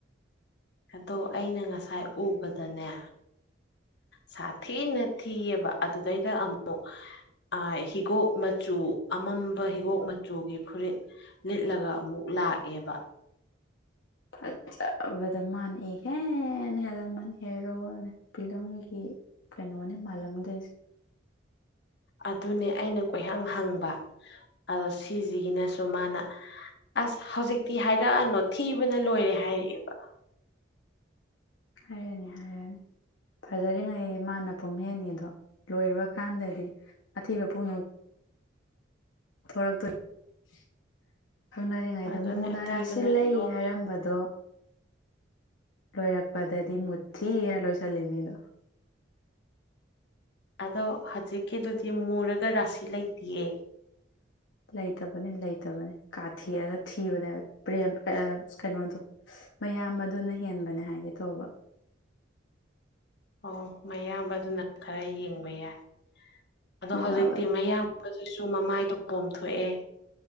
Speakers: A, on the left; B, on the left.
A: ꯑꯗꯣ ꯑꯩꯅ ꯉꯁꯥꯏ ꯎꯕꯗꯅꯦ ꯁꯥꯊꯤꯅ ꯊꯤꯑꯦꯕ ꯑꯗꯨꯗꯩꯗ ꯑꯃꯨꯛ ꯑꯥ ꯍꯤꯒꯣꯛ ꯃꯆꯨ ꯑꯃꯝꯕ ꯍꯤꯒꯣꯛ ꯃꯆꯨꯒꯤ ꯐꯨꯔꯤꯠ ꯂꯤꯠꯂꯒ ꯑꯃꯨꯛ ꯂꯥꯛꯑꯦꯕ꯫
B: ꯐꯖꯕꯗ ꯃꯥꯟꯅꯤ ꯍꯦ ꯍꯦꯂꯃꯟ ꯍꯦꯔꯣ ꯐꯤꯂꯝꯒꯤ ꯀꯩꯅꯣꯅꯦ ꯃꯥꯂꯝꯗꫭꯏꯁꯤ
A: ꯑꯗꯨꯅꯦ ꯑꯩꯅ ꯀꯣꯏꯍꯪ ꯍꯪꯕ ꯑꯗꯣ ꯁꯤꯖꯤꯒꯤꯅꯁꯨ ꯃꯥꯅ ꯑꯁ ꯍꯧꯖꯤꯛꯇꯤ ꯍꯥꯏꯔꯛꯑꯅꯣ ꯊꯤꯕꯅ ꯂꯣꯏꯔꯦ ꯍꯥꯏꯔꯛꯑꯦꯕ꯫
B: ꯍꯥꯏꯔꯅꯤ-ꯍꯥꯏꯔꯅꯤ ꯐꯖꯔꯤꯉꯩꯗꯤ ꯃꯥꯅ ꯄꯨꯝ ꯍꯦꯟꯍꯦꯟꯗꯣ꯫ ꯂꯣꯏꯔꯕ ꯀꯥꯟꯗꯗꯤ ꯑꯊꯤꯕ ꯄꯣꯛꯅꯨꯡ ꯊꯣꯔꯛꯇꫭꯏ ꯈꯪꯅꯔꯤꯉꯩꯗ
A: ꯑꯗꯨꯅꯦ
B: ꯃꯨꯅ
A: ꯑꯊꯤꯕꯅ
B: ꯔꯥꯁꯤꯜꯂꯩ
A: ꯌꯣꯝꯃꯦ
B: ꯍꯥꯏꯔꯝꯕꯗꯣ ꯂꯣꯏꯔꯛꯄꯗꯗꯤ ꯃꯨꯊꯤꯔ ꯂꯣꯏꯁꯤꯜꯂꯤ ꯃꯤꯗꯣ꯫ <inaudible>
A: ꯑꯗꯣ ꯍꯖꯤꯛꯀꯤꯗꯨꯗꯤ ꯃꯨꯔꯒ ꯔꯥꯁꯤ ꯂꯩꯇꯤꯌꯦ꯫
B: ꯂꯩꯇꯕꯅꯤ ꯂꯩꯇꯕꯅꯦ꯫ ꯀꯥꯊꯦꯛꯑꯒ ꯊꯤꯕꯅꯦꯕ ꯄ꯭ꯔꯦꯝ ꯑ ꯀꯩꯅꯣꯗꯣ ꯃꯌꯥꯝ ꯑꯗꯨꯅ ꯍꯦꯟꯕꯅꯦ ꯍꯥꯏꯒꯦ꯫ ꯇꯧꯕ꯫
A: ꯑꯣ ꯃꯌꯥꯝꯕꯗꯨꯅ ꯈꯔ ꯌꯦꯡꯕ ꯌꯥꯏ꯫ ꯑꯗꯣ
B: ꯌꯥꯕꯅꯦ
A: ꯍꯧꯖꯤꯛꯇꯤ ꯃꯌꯥꯝꯕ ꯑꯗꯨꯁꯨ ꯃꯃꯥꯏꯗꯣ ꯄꯣꯝꯊꯣꯛꯑꯦ